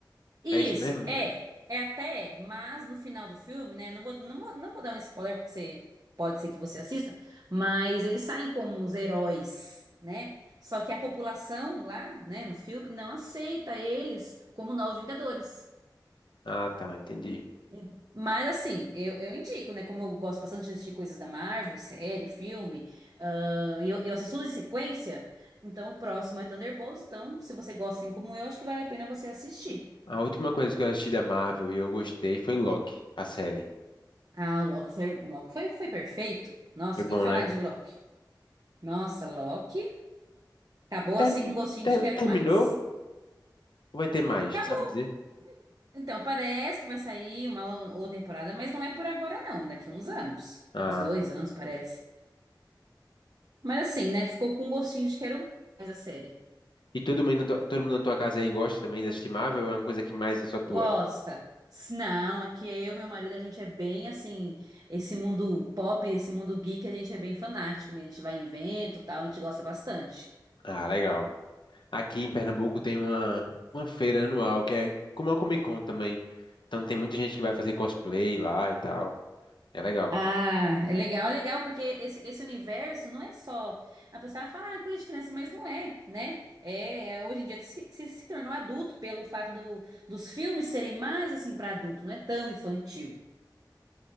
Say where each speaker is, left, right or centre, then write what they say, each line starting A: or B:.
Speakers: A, on the right (about 50°); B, on the left (about 85°).
A: Isso,
B: É isso mesmo?
A: é. É até, é, mas no final do filme, né? Não vou, não vou, não vou dar um spoiler, porque você, pode ser que você assista, mas eles saem como os heróis, né? Só que a população lá, né, no filme, não aceita eles como novos Vingadores.
B: Ah, tá, entendi.
A: E- e- Mas assim, eu, eu indico, né? Como eu gosto bastante de assistir coisas da Marvel, série, filme, ah, e eu, eu assisto tudo em sequência, então o próximo é Thunderbolts, então se você gosta assim como eu, acho que vale a pena você assistir.
B: A última coisa que eu assisti da Marvel e eu gostei foi Loki, a série.
A: Ah, o Loki foi, o Loki foi, foi perfeito. Nossa,
B: Foi bom,
A: o que falar
B: né?
A: de Loki? Nossa, Loki acabou
B: Ter-
A: assim com gostinho
B: ter-
A: de quero
B: terminou
A: mais.
B: ou vai ter mais?
A: Acabou.
B: Tu Sabe dizer?
A: Então, parece que vai sair uma outra temporada, mas não é por agora, não. Daqui uns anos.
B: Ah.
A: Uns dois anos, parece. Mas assim, né? Ficou com gostinho de quero mais a série.
B: E todo mundo, na tua- todo mundo na tua casa aí gosta também, é estimável, ou é uma coisa que mais é só tua?
A: Gosta. S- Não, aqui é eu e meu marido, a gente é bem assim, esse mundo pop, esse mundo geek, a gente é bem fanático, mesmo. a gente vai em evento, e tal, a gente gosta bastante.
B: Ah, legal. Aqui em Pernambuco tem uma, uma feira anual, que é como a Comic Con também. Então tem muita gente que vai fazer cosplay lá e tal. É legal.
A: Ah, é legal, é legal, porque esse, esse universo não é só. A pessoa fala, ah, coisa de criança, mas não é, né? É, é, hoje em dia se, se, se tornou adulto pelo fato do, dos filmes serem mais assim para adulto, não é tão infantil.